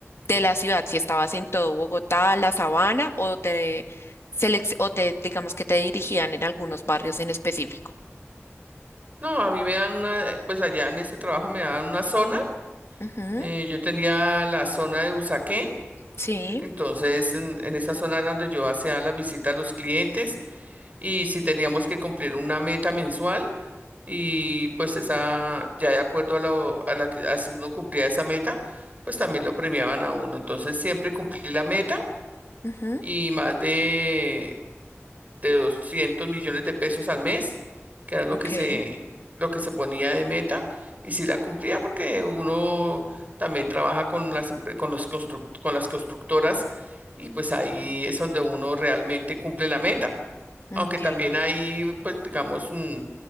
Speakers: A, on the left; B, on the right.
A: de la ciudad, si estabas en todo Bogotá, la Sabana, o te, selec- o te digamos que te dirigían en algunos barrios en específico.
B: No, a mí me dan una, eh, pues allá en este trabajo me dan una zona.
A: Ujú,
B: eh, yo tenía la zona de Usaquén,
A: sí,
B: entonces en, en esa zona era donde yo hacía las visitas a los clientes. y si teníamos que cumplir una meta mensual y pues esa, ya de acuerdo a lo, a la, que- a si uno cumplía esa meta, pues también lo premiaban a uno. Entonces siempre cumplí la meta
A: ujú,
B: y más de, de 200 millones de pesos al mes, que era lo
A: ok,
B: que se, lo que se ponía de meta y si la cumplía porque uno también trabaja con las, empre- con los construct- con las constructoras y pues ahí es donde uno realmente cumple la meta.
A: ok,
B: Aunque también hay, pues, digamos, mm,